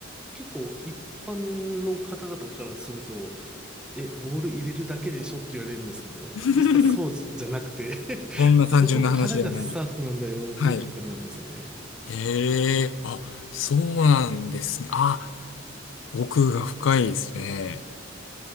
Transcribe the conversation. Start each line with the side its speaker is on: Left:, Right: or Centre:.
Centre: 結構一般の方々からすると、え、ボール入れるだけでしょって言われるんですけど、
Left: <laughs>
Centre: 実はそうじゃなくて
Left: そんな単純な話じゃない。
Centre: <laughs> そこからがスタートなんだよっていうところなんですよね。
Left: はい。へえ、あ、そうなんですね。あ、奥が深いですね。